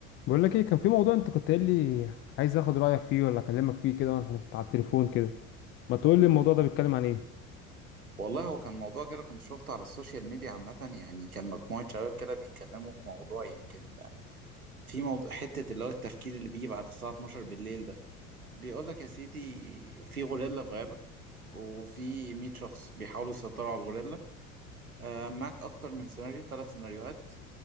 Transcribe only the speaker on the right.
والله هو كان موضوع كده كنت شفته على السوشيال ميديا عامة يعني كان مجموعة شباب كده بيتكلموا في موضوع يمكن في موضوع حتة اللي هو التفكير اللي بيجي بعد الساعة 12 بالليل ده بيقول لك يا سيدي في غوريلا في غابة وفي 100 شخص بيحاولوا يسيطروا على الغوريلا آه معاك أكتر من سيناريو ثلاث سيناريوهات